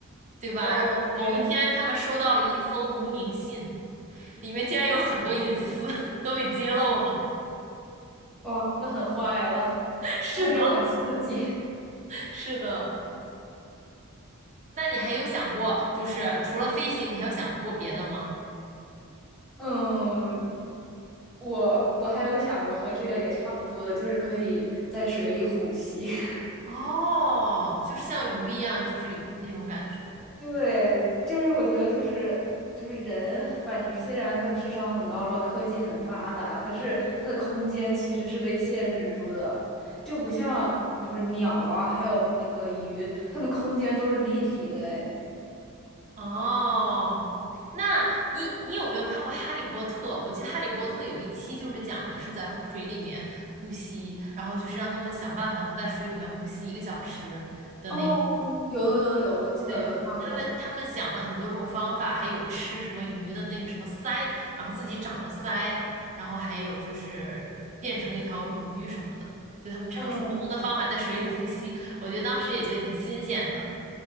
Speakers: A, on the right; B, in the centre.
A: 对吧？
B: 哦天，
A: 然后某一天他们收到了一封无名信，里面竟然有很多隐私 <laughs> 都被揭露了。
B: 哇，那很坏了，
A: <laughs> 是的，
B: 但是又很刺激。
A: 是的。那你还有想过，就是除了飞行，你还有想过别的吗？
B: 嗯，我我还有想过和这个也差不多的，就是可以在水里呼吸。<laughs>
A: 哦，就是像鱼一样，就是那种感觉。
B: 对，就是我觉得就是就是人，反虽然他智商很高，然后科技很发达，可是他的空间其实是被限制住的，就不像就是鸟啊，还有那个鱼，它们空间都是立体的诶。
A: 哦，那你你有没有看过《哈利波特》？我记得《哈利波特》有一期就是讲的是在水里面呼吸，然后就是让他们想办法能在水里面呼吸一个小时的那个。
B: 哦，有有有有，我记得有看过。
A: 对，他们，他们想了很多种方法，还有吃什么鱼的那个什么鳃，然后自己长了鳃，然后还有就是变成一条鱼什么的，就他们尝试不同的方法在水里呼吸，
B: 哦，
A: 我觉得当时也觉得挺新鲜的。